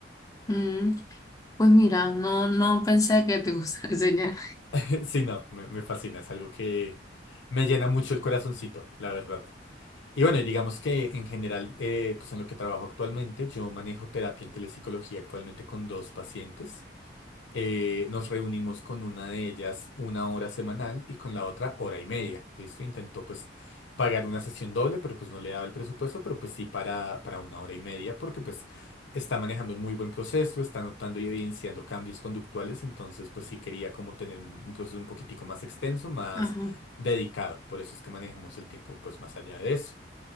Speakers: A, on the left (about 20°); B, on the left (about 75°).
A: Mm, pues mira, no, no pensé que te <laughs> gustara enseñar.
B: <laughs> Sí, no, me, me fascina, es algo que me llena mucho el corazoncito, la verdad. Y bueno, y digamos que en general, eh, pues en lo que trabajo actualmente, yo manejo terapia en telepsicología actualmente con dos pacientes. Eh, nos reunimos con una de ellas una hora semanal y con la otra hora y media. ¿Listo? Intentó pues pagar una sesión doble, pero pues no le daba el presupuesto, pero pues sí para, para una hora y media, porque pues está manejando un muy buen proceso, está notando y evidenciando cambios conductuales, entonces pues sí quería como tener un, un proceso un poquitico más extenso, más
A: Ajá.
B: dedicado. Por eso es que manejamos el tiempo pues más allá de eso.